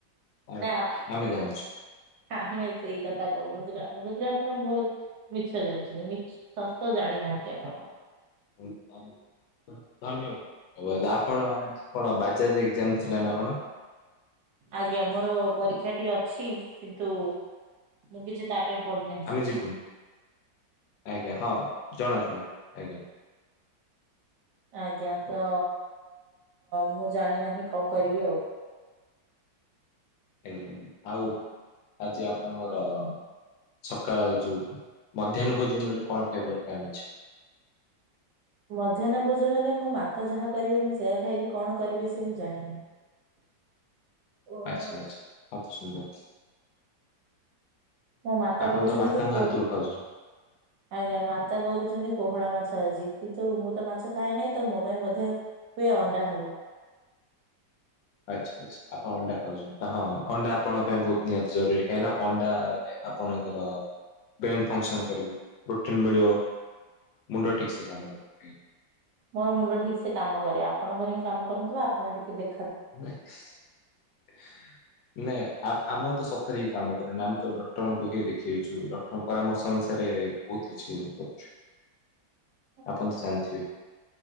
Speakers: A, on the left; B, on the right.
A: ଆଜ୍ଞା।
B: ନା ଆପ
A: ଆମେ ଜାଣିଛୁ
B: ଆମେ ସେଇ କଥା କହୁନଥିଲୁ। ଆମ କରେ ଆପଣ ବହୁତ ମିଛ ଜାଣିଛନ୍ତି ମିଛ ସତ ଜାଣିନାହାନ୍ତି ଆପଣ।
A: <unintelligible> ଧନ୍ୟ। <inaudible> ଆପଣ କଣ ବାଜାଜ ଏକ୍ଜାମ ଥିଲା ନା କଣ?
B: ଆଜ୍ଞା। ମୋର ପରୀକ୍ଷାଟିି ଅଛି। କିନ୍ତୁ ମୁଁ କିଛି ତା ପାଇଁ ପଢିନାହିଁ।
A: ଆମେ ଯିବୁନି। ଆଜ୍ଞା ହଁ ଜଣାଥିଲା। ଆଜ୍ଞା।
B: ଆଜ୍ଞା। ତ ମୁଁ ଜାଣି ନାହିଁ କଣ କରିବି ଆଉ।
A: ଆଜ୍ଞା। ଆଉ ଆଜି ଆପଣଙ୍କର ସକାଳ ଯୋଉ ମଧ୍ୟାହ୍ନ ଭୋଜନରେ କଣ ଖାଇବାର ପ୍ଲାନ୍ ଅଛି?
B: ମଧ୍ୟାହ୍ନ ଭୋଜନରେ ମୋ ମାତା ଯାହା କରିବେ, ମୁଁ ସେୟା ଖାଇବି। କଣ କରିବେ ସେ ମୁଁ ଜାଣିନି? <unintelligible> ପୋହଳା
A: ଆଚ୍ଛା
B: ମାଛ।
A: ଆଚ୍ଛା ଅତି ସୁନ୍ଦର।
B: ମୋ ମାତା
A: ଆପଣ
B: କହୁଛନ୍ତି
A: ତ ମାତାଙ୍କ
B: କି <inaudible>
A: ହାତରୁ ଖାଉଛନ୍ତି।
B: ଆଜ୍ଞା ମାତା କରୁଛନ୍ତି ପୋହଳା ମାଛ ଆଜି। କିନ୍ତୁ ମୁଁ ତ ମାଛ ଖାଏ ନାହିଁ। ତ ମୋ ପାଇଁ ବୋଧେ ହୁଏ ଅଣ୍ଡା ହବ।
A: ଆଚ୍ଛା ଆଚ୍ଛା। ଆପଣ ଅଣ୍ଡା ଖାଉଛନ୍ତି। ହଁ ଅଣ୍ଡା ଆପଣଙ୍କ ପାଇଁ ବହୁତ ନିହାତି ଜରୁରୀ କାହିଁକି ନା ଅଣ୍ଡାରେ ଆପଣଙ୍କର ବ୍ରେନ ଫଙ୍କସନ କରିବ ପ୍ରୋଟିନ ମିଳିବ ମୁଣ୍ଡ ଠିକ୍ ସେ କାମ କରିବ।
B: ମୋର ମୁଣ୍ଡ ଠିକ୍ ସେ କାମ କରେ। ଆପଣଙ୍କର ହିଁ କାମ କରୁନଥିବ। ଆପଣ ଟିକେ ଦେଖ
A: <unintelligible> ନାଇଁ ଆଁ ଆମେ ତ ସତରେ ହିଁ କାମ କରେନା। ଆମେ ତ ଡକ୍ଟରଙ୍କୁ ହିଁ ଦେଖେଇଛୁ ଡଟ ପରାମର୍ଶ ଅନୁସାରେ ବହୁତ କିଛି ଇଏ କରୁଛୁ।
B: <unintelligible>
A: ଆପଣ ତ ଜାଣିଥିବେ